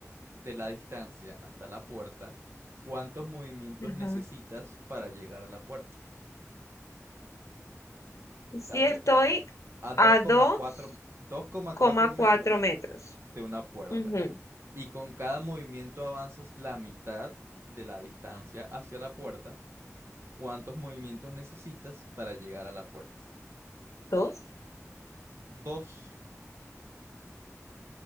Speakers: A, on the right (about 50°); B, on the left (about 70°).
A: de la distancia hasta la puerta, ¿cuántos movimientos
B: Ajá.
A: necesitas para llegar a la puerta?
B: Sí
A: O sea,
B: estoy
A: te- a 2,4
B: a dos
A: 2,4
B: coma
A: metros
B: cuatro metros.
A: de una puerta
B: Ujú.
A: y con cada movimiento avanzas la mitad de la distancia hacia la puerta, ¿cuántos movimientos necesitas para llegar a la puerta?
B: ¿Dos?
A: Dos.